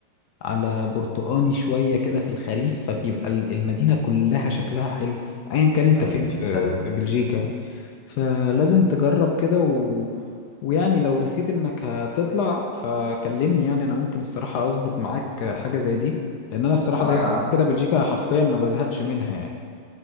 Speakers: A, on the left; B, on the left.
A: على برتقاني شوية كده في الخريف فبيبقى ال- المدينة كلها شكلها حلو ايا كان انت
B: ايوه
A: فين في
B: متخيل
A: في بلجيكا يعني فلازم تجرب كده و... ويعني لو رسيت انك هتطلع فكلمني يعني انا ممكن الصراحة اظبط معاك حاجة زي دي لان انا الصراحة
B: اه
A: زي ما
B: يا
A: بقول
B: عم
A: كده بلجيكا حرفيا ما بزهقش منها يعني